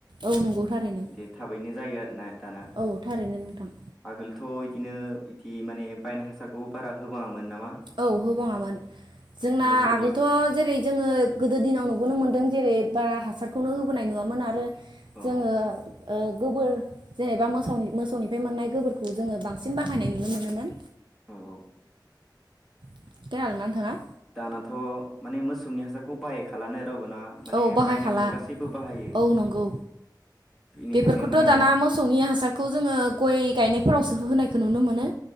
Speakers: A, on the right; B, in the centre.
A: औ नंगौ थारैनो
B: बिदि थाबैनो जायो आरोना दाना
A: औ थारैनो नोंथां
B: आगोलथ' इदि दिनो इदि माने बायनाय हासारखौ बारा होबाङामोन ना
A: औ होबाङामोन जोंना
B: मोसौनि
A: आगोलथ' जेरै जोङो गोदो दिनाव नुबोनो मोनदों जेरै बारा हासारखौनो होबोनाय नुवामोन आरो
B: औ
A: जोङो ओ गोबोर जेनेबा मोसाव मोसौनिफ्राय मोननाय गोबोरखौ जोङो बांसिन बाहायनाय नुनो मोनोमोन
B: औ औ
A: <unintelligible> थाङा
B: दानाथ' माने मोसौनि हासारखौ बाहायखालानो रावबो ना माने
A: औ बाहाय
B: बायनायखौनो
A: खाला
B: गासैबो बाहायो
A: औ नंगौ
B: बेनिखायनो
A: बेफोरखौथ'
B: माने
A: दाना मोसौनि हासारखौ जोङो गय गायनायफोरावसो होनाय खौ नुनो मोनो